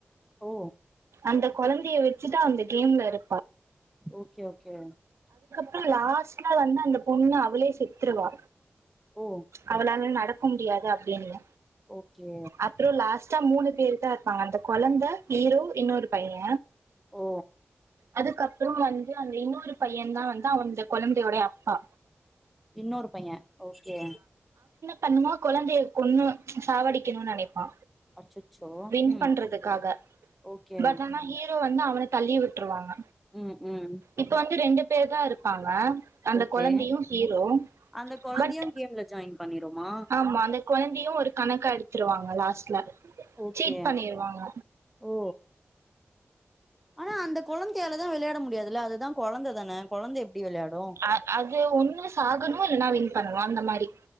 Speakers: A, in the centre; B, on the right.
A: ஓ
B: அந்த கொழந்தைய வெச்சுட்டு அந்த கேம்ல இரு
A: ஓகே ஓகே
B: றோ லாஸ்ட்ல வந்து அந்த பொண்ணு அவளே செத்துருவா
A: ஓ
B: அவளால நட க்க முடியாதா கேம்ல
A: ஓகே
B: அப்றோ லாஸ் மூனு பேரு தா இருப்பாங்க அந்த கொழந்த ஹீரோ இன்னொரு பைய
A: ஓ
B: அதுக்கப்பறோ வந்து அந்த இன்னோரு பையந்தா வந்து அந்த கொழந்தயோட அப்பா
A: இன்னோரு பைய ஓகே
B: பண்ணுமா கொழந்தய கொன்னு சாவடிக்கணும்னு நெனப்பா
A: அச்சச்சோ
B: வின்
A: ம்
B: பண்றதுக்காக
A: ஓகே
B: பட் ஆனா ஹீரோ வந்து அவன தள்ளி விட்ருவாங்க
A: ம் ம்
B: இப்ப வந்து ரெண்டு இப்டியேதா இருப்பாங்க அந்த
A: ஓகே
B: கொழந்தையு ஹீரோ
A: அந்த கொழந்தையு
B: பட்
A: கேம்ல ஜாயின் பண்ணிருமா
B: ஆமா அந்த கொழந்தையு ஒரு கணக்கா எடுத்துருவாங்க லாஸ்ட்ல
A: ஓகே
B: சீட் பண்ணிருவாங்க
A: ஓ ஆனா அந்த கொழந்தையாலதா விளையாட முடியாதுல்ல அதுதா கொழந்த தான கொழந்த எப்டி விளையாடு
B: அ அது ஒன்னு சாகணு இல்ல நா வின் பண்ணுவா அந்த மாரி